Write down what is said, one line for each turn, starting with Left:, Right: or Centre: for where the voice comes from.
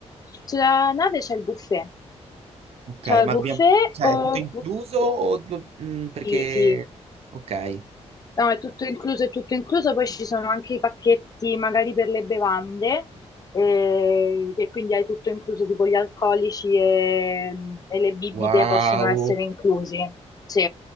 Left: Sulla nave c'è il buffet,
Right: Ok,
Left: c'è
Right: ma
Left: il buffet
Right: dobbiamo... Cioè,
Left: o...
Right: è tutto incluso o... do- mm, perché...
Left: Sì, sì,
Right: Ok.
Left: No, è tutto incluso, è tutto incluso, poi ci sono anche i pacchetti magari per le bevande, eh, che quindi hai tutto incluso, tipo gli alcolici e, e le bibite
Right: Wow,
Left: possono essere inclusi. Sì,